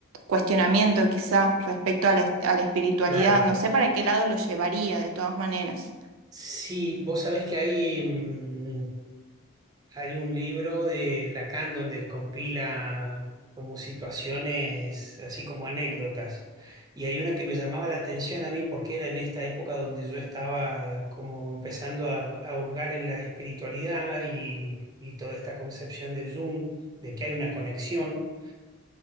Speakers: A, on the right; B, on the right.
A: cuestionamiento quizá respecto a la, es- a la espiritualidad.
B: claro.
A: No sé para qué lado lo llevaría de todas maneras.
B: Sí, vos sabés que hay. mm, Hay un libro de Lacan donde compila como situaciones, así como anécdotas. Y hay una que me llamaba la atención a mí porque era en esta época donde yo estaba como empezando a, a hurgar en la espiritualidad y, y toda esta concepción de Jung, de que hay una conexión.